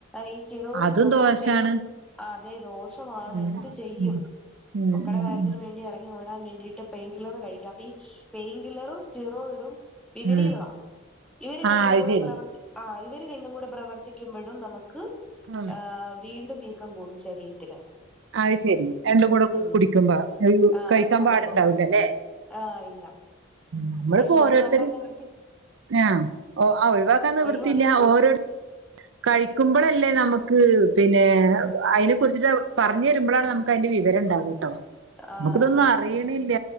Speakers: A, in the centre; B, on the right.
A: ഈ സ്റ്റിറോയിഡിന്റെ
B: അതും
A: ഒപ്പം
B: ദോശാണ്
A: പെയിൻ ആ <unintelligible> പ്പവാണ്
B: ഉം
A: എന്ത് ചെയ്യും
B: ഉം ഉം
A: മോക്കട
B: ഉം
A: കാര്യത്തിന്
B: ഉം
A: വേണ്ടി എറങ്ങി ഓടാ വേണ്ടീട്ട് പെയ്ൻ കില്ലറ് കഴിക്കാ അപ്പീ പെയ് കില്ലറും സ്റ്റീറോയ്ഡും വിപരീതവാ
B: ഉം
A: ഇവര്
B: ആഹ്
A: രണ്ടും
B: അത്
A: കൂടെ
B: ശരി
A: പ്രവർത്തി ആ ഇവര് രണ്ടും കൂടെ പ്രവർ ത്തിക്കുമ്പോഴും നമ ക്ക്‌
B: ഉം
A: ഹ് വീണ്ടും വീക്കം കൂടും ശരീരത്തിന്
B: അഹ് ശെരി രണ്ടും കൂടെ
A: ഉം
B: കുടിക്കുമ്പ
A: ആഹ്
B: കഴിക്കാൻ
A: കൂടുമ്പോ
B: പാടുണ്ടാവൂലല്ലേ
A: ആഹ് ഇല്ല
B: നമ്മള്പ്പോ
A: പക്ഷെ ഒഴിവാക്കാൻ
B: ഓരോരുത്തര്
A: നിവർത്തി
B: ആ ഓ ആ ഒഴിവാക്കാൻ നിവൃത്തിയില്ല
A: ഒഴിവാ
B: ഓരോര് കഴിക്കുമ്പളല്ലേ നമക്ക് പിന്നെ അയ്നെ കുറിച്ചിട്ട് പറഞ് എരുമ്പളാണ് നമുക്ക് അയ്ന്റെ വിവരം ഉണ്ടാവൂ ട്ടോ
A: ആഹ്
B: നമുക്ക്‌ തൊന്നും
A: അതെ
B: അറിയ്ണില്ല